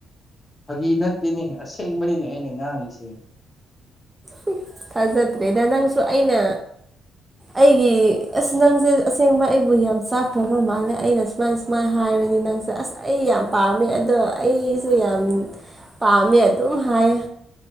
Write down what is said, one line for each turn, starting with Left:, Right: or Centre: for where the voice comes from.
Left: ꯐꯥꯒꯤ ꯅꯠꯇꯦꯅꯦ ꯑꯁꯦꯡꯕꯅꯤꯅꯦ ꯑꯩꯅ ꯉꯥꯡꯉꯤꯁꯦ
Right: ꯍꯨ ꯐꯖꯗ꯭ꯔꯦꯗ ꯅꯪꯁꯨ ꯑꯩꯅ ꯑꯩꯒꯤ ꯑꯁ ꯅꯪꯁꯦ ꯑꯁꯦꯡꯕ ꯑꯩꯕꯨ ꯌꯥꯝ ꯆꯥꯛꯈꯔꯕ ꯃꯥꯜꯂꯦ ꯑꯩꯅ ꯁꯨꯃꯥꯏ ꯁꯨꯃꯥꯏꯅ ꯍꯥꯏ ꯍꯥꯏꯔꯗꯤ ꯅꯪꯁꯦ ꯑꯁ ꯑꯩ ꯌꯥꯝ ꯄꯥꯝꯃꯦ ꯑꯗꯣ ꯑꯩꯁꯨ ꯌꯥꯝ ꯄꯥꯝꯃꯦ ꯑꯗꯨꯝ ꯍꯥꯏꯌꯦ